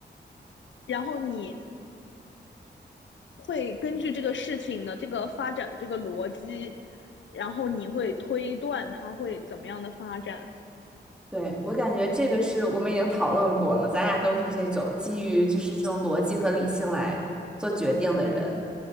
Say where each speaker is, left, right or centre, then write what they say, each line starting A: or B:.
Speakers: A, on the left; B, in the centre.
A: 然后你会根据这个事情的这个发展的这个逻辑，然后你会推断它会怎么样的发展。
B: 对，我感觉这个是我们已经讨论过了，咱俩都是这种基于就是这种逻辑和理性来做决定的人，